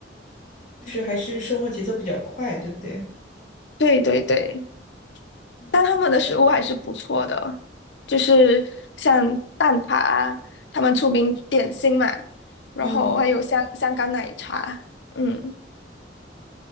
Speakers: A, on the left; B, on the left.
A: 就是还是生活节奏比较快，对不对？
B: 对对对。
A: 嗯
B: 但他们的食物还是不错的，就是像蛋挞啊，他们出名点心嘛，然后还有香香港奶茶，
A: 嗯，
B: 嗯，